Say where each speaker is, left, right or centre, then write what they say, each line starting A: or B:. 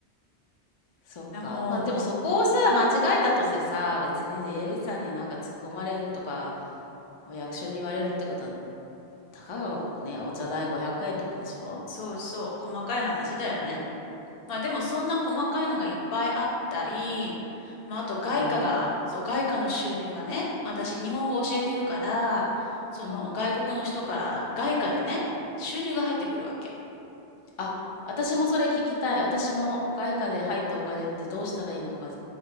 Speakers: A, on the left (about 45°); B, on the left (about 65°).
A: そっか。
B: だもう、
A: まあでもそこをさ、間違えたとてさ、別に税理士さんになんか突っ込まれるとか、お役所に言われるってことは、たかがね、お茶代500円とかでしょ
B: そうそう、細かい話だよね。
A: うん。
B: まあでもそんな細かいのがいっぱいあったり、まああと外貨が、
A: なるほど。
B: そう外貨の収入がね、私日本語教えてるから、その外国の人から外貨でね、
A: うん。
B: 収入が入ってくるわけ。
A: あ、私もそれ聞きたい。私も外貨で入ったお金ってどうしたらいいのか